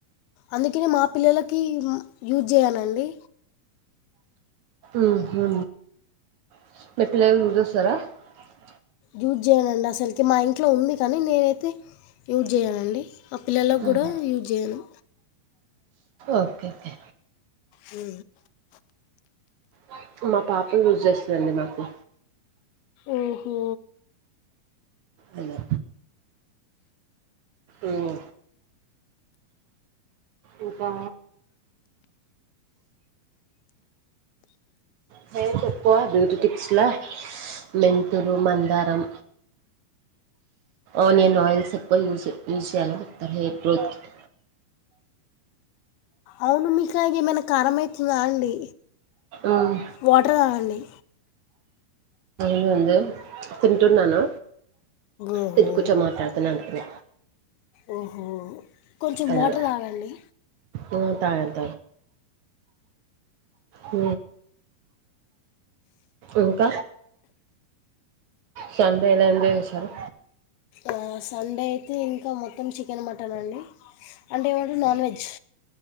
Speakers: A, on the left; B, on the right.
A: అందుకనే మా పిల్లలకి యూజ్ చేయనండి
B: ఉహు <unintelligible>
A: యూజేయనండసల్కి మా ఇంట్లో ఉంది కనీ నేనైతే యూజెయ్యనండీ అ పిల్లలగ్గుడా
B: ఉహు
A: యూజేయనూ
B: ఓకే ఓకే
A: ఉ
B: <unintelligible> చేస్తదండి మాకు
A: ఊ హో
B: అదే ఉమ్ ఇంకా హెయిర్కెక్కువా బ్యూటీ టిప్స్క్ లా మెంతులు మందారం ఆనియన్ ఆయిల్స్ ఎక్కువ యూస్ యూస్ చేయాలని చెప్తారు హెయిర్ గ్రోత్కి
A: అవును మీకా ఏమైనా కారమైతుదా అండీ
B: ఉమ్
A: వాట్ర్ తాగండి
B: యేందే తింటున్నానూ
A: ఓహో
B: తింట కూర్చో మాటాడుతున్నా అందుకనే
A: ఓహో కొంచెం
B: అలాగ
A: వాట్ర్ దాగండీ
B: ఉమ్ తాగాను ఊ ఇంక సండే ఎలా ఎంజాయ్ జెశారు
A: ఆ సండే అయితే ఇంకా మొత్తం చికెను మటనండి అంటే ఏమంటరు నాన్ వెజ్